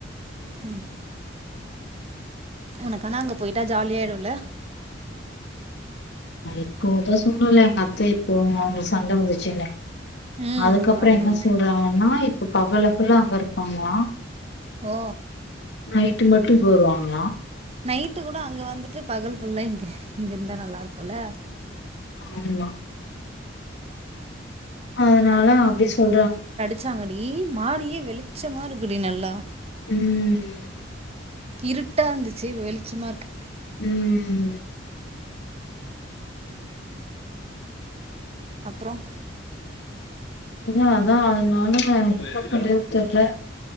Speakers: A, on the right; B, on the left.
A: ம் எனக்கானா அங்க போயிட்டா ஜாலியாயிடும்ல
B: இப்போதான் சொன்னேல்ல எங்க அத்தை இப்போ அவங்களுக்கு சண்டை வந்துச்சுன்னு
A: ம்
B: அதுக்கப்றம்
A: ஆமா
B: என்ன சொல்றாங்கன்னா இப்ப பகலுக்குள்ள அங்கருப்பாங்களா
A: ஓ
B: நைட்டு மட்டும் இங்க வருவாங்ளா
A: நைட்டு கூட அங்க வந்துட்டு பகல் ஃபுல்லா இங்க இங்கருந்தா நல்லாருக்குல்ல
B: ஆமா அதுனால அப்டி சொல்றாங்க
A: ச்சாங்கடி மாடியே வெளிச்சமாருக்குடி நல்லா
B: ம் ம்
A: இருட்டாந்துச்சு வெளிச்சமாருக்கு
B: ம் ம் ம்
A: அப்றோம்
B: இதா அதான் அதுனால <unintelligible> தெர்ல